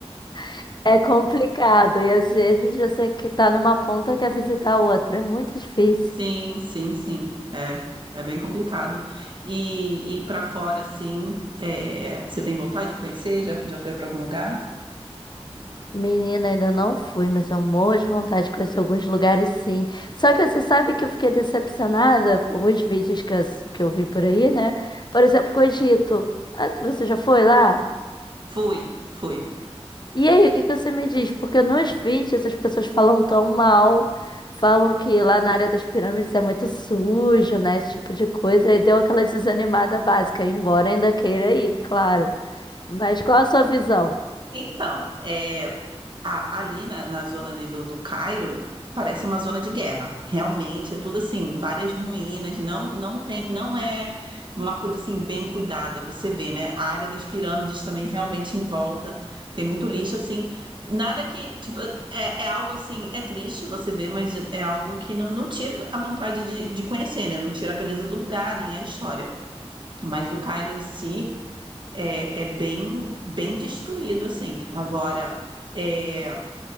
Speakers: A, on the left (about 45°); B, on the right (about 45°).
A: <laughs> é complicado. E às vezes você que tá numa ponta quer visitar a outra. É muito difícil.
B: sim, sim, sim. É, é bem complicado. E, e para fora, assim, é, você tem vontade de conhecer? Já, já foi para algum lugar?
A: Menina, ainda não fui, mas eu morro de vontade de conhecer alguns lugares, sim. Só que você sabe que eu fiquei decepcionada com alguns vídeos que eu, que eu vi por aí, né? Por exemplo, com o Egito. Ah, Você já foi lá?
B: Fui, fui.
A: E aí, o que que você me diz? Porque nos vídeos as pessoas falam tão mal, falam que lá na área das pirâmides é muito sujo, né? Esse tipo de coisa. E deu aquela desanimada básica, embora ainda queira ir, claro. Mas qual a sua visão?
B: Então, é. a- ali na, na zona ali do, do Cairo, parece uma zona de guerra. Realmente, é tudo assim, várias ruínas, não, não tem, não é uma coisa assim bem cuidada, você vê, né? A área das pirâmides também realmente em volta, tem muito lixo assim. Nada que, tipo, é, é algo assim, é triste você ver, mas é algo que não, não tira a vontade de, de conhecer, né? Não tira a beleza do lugar, nem a história. Mas o Cairo em si é, é bem, bem destruído, assim. Agora, é,